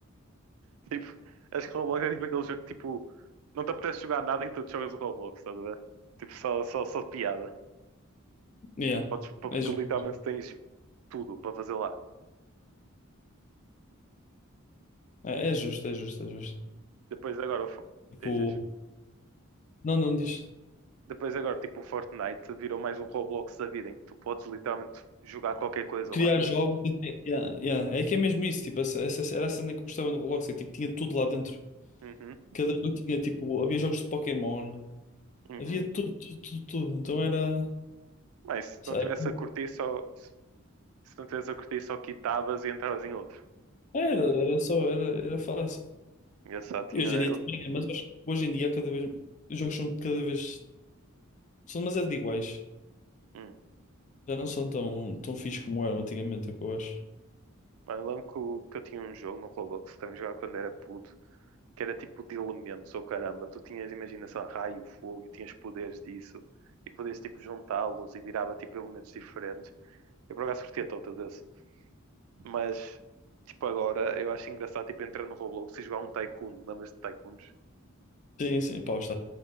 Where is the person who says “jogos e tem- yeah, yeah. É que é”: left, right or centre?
Left